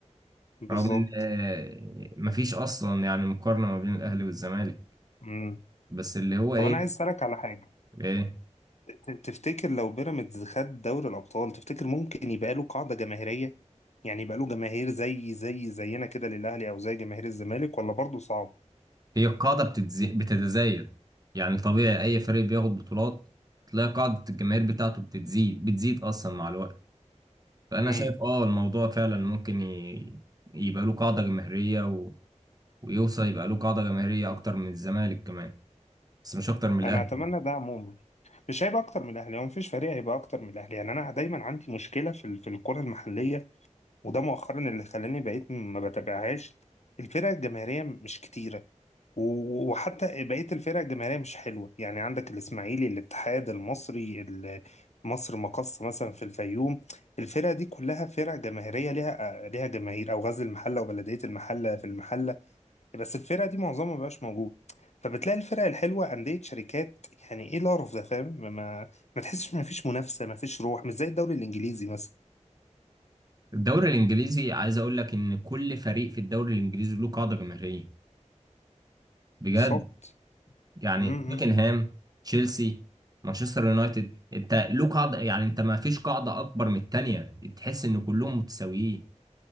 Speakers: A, on the left (about 65°); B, on the right (about 30°).
A: بالظبط
B: رغم ان آه، مفيش اصلا يعني مقارنة ما بين الاهلي والزمالك
A: امم
B: بس اللي هو
A: طب
B: ايه
A: انا عايز اسالك على حاجه
B: ايه
A: ت- ت- تفتكر لو بيراميدز خد دوري الابطال تفتكر ممكن يبقى له قاعده جماهيريه يعني يبقى له جماهير زي زي زينا كده للاهلي او زي جماهير الزمالك ولا برضه صعب
B: هي القاعدة بتتزي... بتتزايد يعني طبيعي اي فريق بياخد بطولات تلاقي قاعدة الجماهير بتاعته بتتزيد بتزيد اصلا مع الوقت فانا
A: امم
B: شايف اه الموضوع فعلا ممكن ي... يبقى له قاعدة جماهيرية ويوصل يبقى له قاعدة جماهيرية أكتر من الزمالك كمان بس مش أكتر من
A: انا
B: الأهلي
A: اتمنى ده عموما مش هيبقى اكتر من الاهلي هو مفيش فريق هيبقى اكتر من الاهلي يعني انا دايما عندي مشكله في ال- في الكره المحليه وده مؤخرا اللي خلاني بقيت ما بتابعهاش الفرق الجماهيريه مش كتيره و- وحتى بقيه الفرق الجماهيريه مش حلوه يعني عندك الاسماعيلي الاتحاد المصري ال- مصر مقص مثلا في الفيوم الفرق دي كلها فرق جماهيريه ليها ليها جماهير او غزل المحله وبلديه المحله في المحله بس الفرق دي معظمها مبقاش موجود فبتلاقي الفرق الحلوه انديه شركات يعني ايه القرف ده فاهم ما ما ما تحسش ما فيش منافسه ما فيش روح مش زي الدوري الانجليزي مثلا
B: الدوري الإنجليزي عايز أقول لك إن كل فريق في الدوري الإنجليزي له قاعدة جماهيرية بجد
A: بالظبط
B: يعني
A: امم
B: توتنهام
A: امم
B: تشيلسي مانشستر يونايتد أنت له قاعدة يعني أنت ما فيش قاعدة أكبر من التانية تحس إن كلهم متساويين